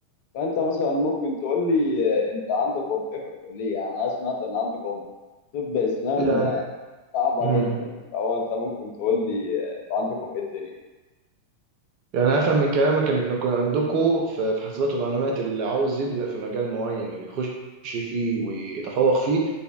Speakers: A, on the left; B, on the right.
A: فانت مثلا ممكن تقول لي آه، انت عندكم ايه في الكليه يعني انا سمعت ان عندكم طب اسنان
B: يعني
A: آه، صعبه
B: مم.
A: جدا فهو انت ممكن تقول لي آه، انت عندكم ايه الدنيا
B: يعني أنا أفهم من كلامك إنكم عندكم في في حاسبات ومعلومات اللي عاوز يبدأ في مجال معين ويخش فيه ويتفوق فيه